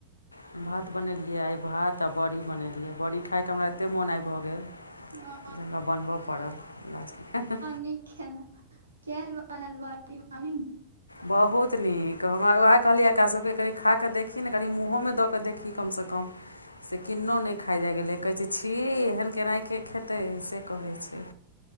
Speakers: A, on the left; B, on the right.
A: तय भात बनेलियै आइ भात तऽ बड़ी बनेलियै बड़ी खाायके हमरा एतेक मोन आइ भऽ गेल
B: हँ
A: जुयले बनबय पड़लस
B: नहि ख ने, क वनलव मी
A: बहुत नीक हमरा उएह कहलियै एकासभकेँ कनि खा कऽ देखी ने कनि मूँहोमे दऽ कऽ देखी कमसँ कम। से किन्नो नहि खा जाए गेलै कहै छै छी एहन केनाहे खेतै से कहैत छै।